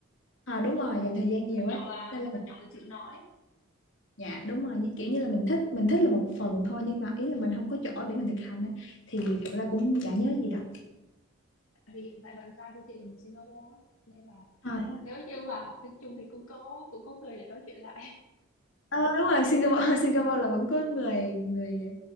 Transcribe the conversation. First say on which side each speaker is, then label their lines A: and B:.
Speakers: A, on the left; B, on the left.
A: à, đúng rồi dành thời gian
B: quan
A: nhiều ấy
B: trọng là
A: nên là
B: quan trọng là chịu nói
A: Dạ đúng rồi như- kiểu như là mình thích mình thích là một phần thôi nhưng mà ý là mình không có chỗ để mình thực hành á thì thật ra cũng chả nhớ gì đâu
B: Tại vì hiện tại bạn trai của chị là người Singapore á, nên là
A: à, thế à.
B: Nếu như mà học tiếng Trung thì cũng có cũng có người để nói chuyện lại.
A: Ờ, đúng rồi Singapore <laughs> Singapore là vẫn có người người